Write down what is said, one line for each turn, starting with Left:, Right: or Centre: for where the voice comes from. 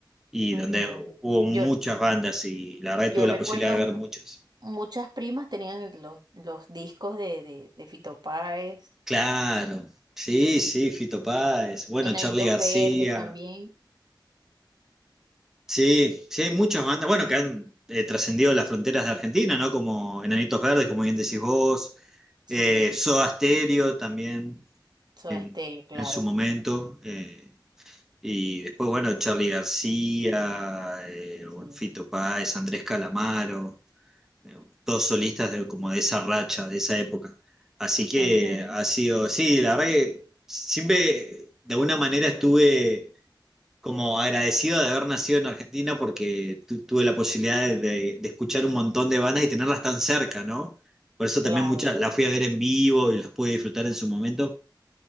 Centre: y
Right: Ujú.
Centre: donde hubo muchas
Right: Yo,
Centre: bandas y la verdad
Right: yo
Centre: que tuve la
Right: recuerdo
Centre: posibilidad de
Right: un-
Centre: ver muchas.
Right: muchas primas tenían el- los, los discos de, de, de Fito Páez.
Centre: Claro, sí,
Right: Sí.
Centre: sí, Fito Páez, bueno,
Right: Enanitos
Centre: Charly García,
Right: verdes también.
Centre: sí, sí, hay muchas bandas, bueno, que han eh, trascendido las fronteras de Argentina, ¿no? Como Enanitos Verdes, como bien decís vos,
Right: Sí,
Centre: eh, Soda Stereo también
Right: Soda
Centre: eh,
Right: Estéreo, claro.
Centre: en su momento, eh, y después, bueno, Charly García, eh, bueno,
Right: Sí,
Centre: Fito Páez, Andrés Calamaro. eh, todos solistas de, como de esa racha, de esa época. Así que
Right: Ujú.
Centre: ha sido, sí, la verdad que siempre de alguna manera estuve como agradecido de haber nacido en Argentina porque tu- tuve la posibilidad de, de- de escuchar un montón de bandas y tenerlas tan cerca, ¿no? Por eso
Right: claro.
Centre: también muchas las fui a ver en vivo y las pude disfrutar en su momento,